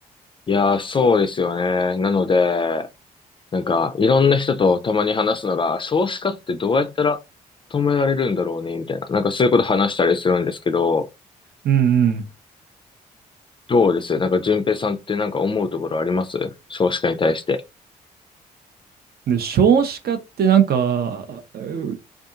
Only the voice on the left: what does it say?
いやー、そうですよね。なので、なんか、いろんな人とたまに話すのが、少子化ってどうやったら止められるんだろうね、みたいな。なんかそういうこと話したりするんですけど、
どうですなんか淳平さんってなんか思うところあります少子化に対して。